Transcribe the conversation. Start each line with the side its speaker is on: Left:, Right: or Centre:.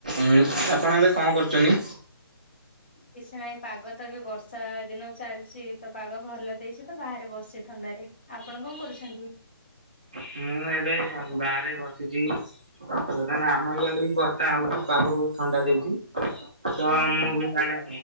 Right: ଉଁ ଆପଣ ଏବେ କଣ କରୁଚନି?
Left: କିଛି ନାହିଁ ପାଗ ତ ବି ବର୍ଷା ଦିନ ଚାଲିଚି ତ ପାଗ ଭଲ ଦେଇଚି ତ ବାହାରେ ବସିଚି ଥଣ୍ଡାରେ। ଆପଣ କଣ କରୁଛନ୍ତି?
Right: ମୁଁ ଏବେ ଆମ୍ ବାହାରେ ବସିଚି। ବର୍ତ୍ତମାନ୍ ଆମ ଇଆଡ଼େ ବି ବର୍ଷା ହଉଚି ପାଗ ବହୁତ୍ ଥଣ୍ଡା ଦେଇଚି। ତ
Left: ଆଜ୍ଞା
Right: ମୁଁ ବି ଆଡ଼େ